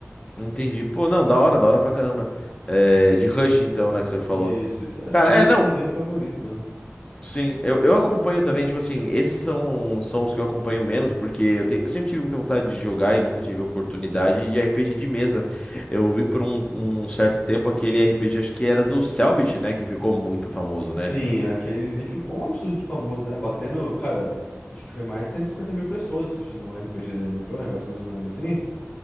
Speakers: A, on the left; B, on the left.
A: Entendi. Pô, não, da hora, da hora pra caramba. É, de Rush, então, né, que você falou.
B: Isso, isso. Acho
A: Cara,
B: acho que
A: é,
B: esse
A: não,
B: seria meu favorito, né?
A: Sim, eu, eu acompanho também, tipo assim, esses são, são os que eu acompanho menos, porque eu, te- eu sempre tive muita vontade de jogar e nunca tive oportunidade de RPG de mesa. Eu vi por um, um certo tempo aquele RPG, acho que era do Cellbit, né, que ficou muito famoso,
B: Sim,
A: né?
B: aquele ali ficou um absurdo de famoso, né? Batendo, cara, acho que foi mais de 150 mil pessoas assistindo o RPG dele, não foi um negócio mais ou menos assim?